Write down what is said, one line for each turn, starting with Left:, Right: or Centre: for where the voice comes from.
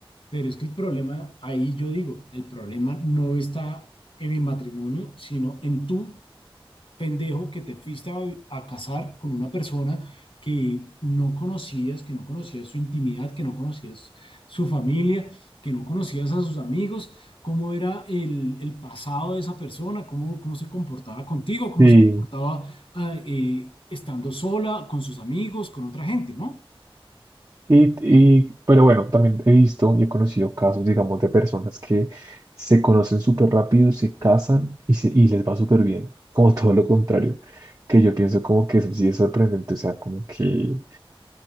Left: Pero es que el problema, ahí yo digo, el problema no está en el matrimonio, sino en tú pendejo que te fuiste a, a casar con una persona que no conocías, que no conocías su intimidad, que no conocías su familia, que no conocías a sus amigos, cómo era el, el pasado de esa persona, cómo, cómo se comportaba contigo, cómo
Right: Sí,
Left: se comportaba ah, eh, estando sola, con sus amigos, con otra gente, ¿no?
Right: y, y, pero bueno, también he visto y he conocido casos, digamos, de personas que se conocen súper rápido, se casan y, se- y les va súper bien, como <laughs> todo lo contrario, que yo pienso como que eso sí es sorprendente, o sea, como que